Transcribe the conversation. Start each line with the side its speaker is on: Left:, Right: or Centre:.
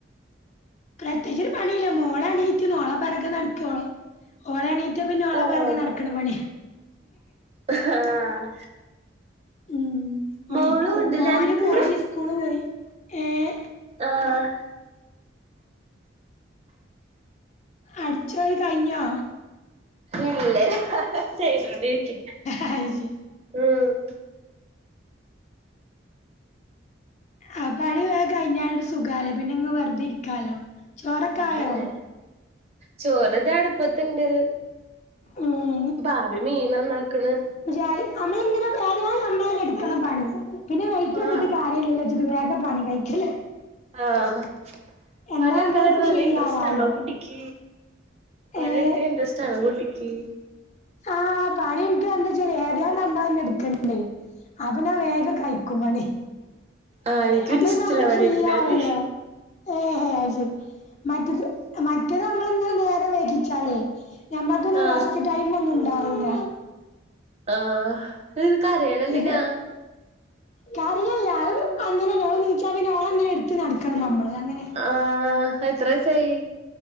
Left: പ്രത്യേയിച്ചോര് പണീല്ല മോള് എണീറ്റ്ണ് ഓളെ പെറകെ നടക്കൊളെ ഓളെണീറ്റ പിന്നെ ഓളെ
Right: ആഹ്
Left: പെറകെ നടക്ക്ണ പണ്യ
Right: ആഹ്
Left: ഉം മോന്ക്ക്
Right: മോളും ഉണ്ടല്ലേ
Left: മോന്
Right: അനക്ക്
Left: പോയി സ് ക്കൂള് പോയി ഏഹ്
Right: ആഹ്
Left: അട്ച്ചോരി കയ്ഞ്ഞോ
Right: ഇല്ല ചെയ്തൊണ്ടിരിക്ക്യാ
Left: അത് ശരി
Right: ഉം
Left: ആഹ് പണി വേം കയിഞ്ഞാലൊരു സുഖാലെ പിന്നെങ്ങനെ വെറ്തെ ഇരിക്കാലോ ചോറൊക്കെ
Right: അതെന്നെ
Left: ആയോ
Right: ചോറ്താ അട്പ്പത്ത്ണ്ട്
Left: ഉം
Right: ബാബി മീൻ നന്നാക്ക്ണ്
Left: <unintelligible> നമ്മള്ങ്ങനെ ഏതായാലും നമ്മളന്നെ ഇട്ക്കണം പണി പിന്നെ വൈറ്റയ്ത്ട്ട്
Right: ആഹ്
Left: കാ ര്യല്ലല്ലോച്ച്ട്ട് വേഗം പണി കഴിക്കലാ
Right: ആഹ്
Left: എന്നാ
Right: പണിട്ക്കാനൊക്കെ
Left: നമ്മൾക്ക്
Right: നല്ല
Left: ഫ്രീ
Right: ഇൻട്രസ്റ്റാണോ
Left: ആവാലോ
Right: കുട്ടി ക്കി പണിട്ക്കാൻ
Left: ഏഹ്
Right: ഇൻട്രസ്റ്റാണോ കുട്ടിയ്ക്കി
Left: ആഹ് പണി ഇന്ക്ക് എന്തച്ചാല് ഏതായാലും നമ്മളെന്നെ ഇട്ക്കണ്ടേ അപ്പൊ ഞാൻ വേഗം കയ്ക്കും പണി
Right: ആഹ് ഇനിക്കൊരിഷ്ടല്ല
Left: എന്നാ പിന്നെ നമ്മള്
Right: പണിട്ക്കാന്
Left: ഫ്രീ ആവല്ലോ ഏഹ് ഹേ അത് ശെരി മറ്റേത് മ റ്റേത് നമ്മളിങ്ങനെ നേരം വൈകിച്ചാലെ നമ്മക്ക് പിന്നെ
Right: ആഹ്
Left: റസ്റ്റ്‌ ടൈമൊന്നുണ്ടാവൂല
Right: ആഹ് അയിന് കരയ്ണന്തിനാ
Left: ഇത് കരയല്ല അത് അങ്ങനന്നെ ഓള് നീച്ചാ പിന്നെ ഓളെങ്ങനെട്ത്ത് നടക്കണം നമ്മള് അങ്ങനെ
Right: ആഹ് എത്ര വയസ്സായി